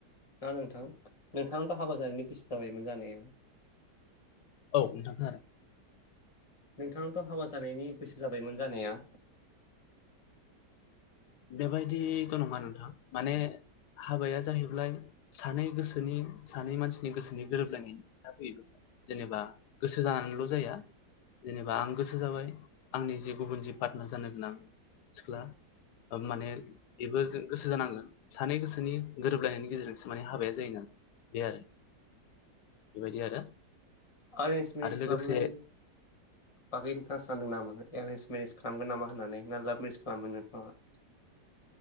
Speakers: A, on the left (about 20°); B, on the left (about 75°).
A: दा नोंथां नोंथांआथ' हाबा जानायनि बैसो जाबायमोन जानाया
B: औ नोंथां खोनादों।
A: नोंथांनावथ' हाबा जानायनि बैसो जाबायमोन जानाया
B: बेबायदिथ' नंङा नोंथां माने, हाबाया जाहैब्लाय सानै गोसोनि सानै मानसिनि गोसोनि गोरोबलायनायनि, खोथाया फैयो जेनेबा गोसो जानानैल' जाया, जेनेबा आं गोसो जाबाय, आंनि जि गुबुन जि पार्टनार जानो गोनां सिख्ला माने इबो जों गोसो जानांगोन सानै गोसोनि गोरोबलायनायनि गेजेरजोंसो माने हाबाया जायो नालाय। बे आरो बेबायदि आरो।
A: एरेन्ज मिरिस
B: आरो लोगोसे
A: खालाम नायनि बागै नोंथांङा सानदों नामा? एरेन्स मेरिज खालामगोन नामा होननानै ना लाभ मेरेज खालामगोन नोंथांङा?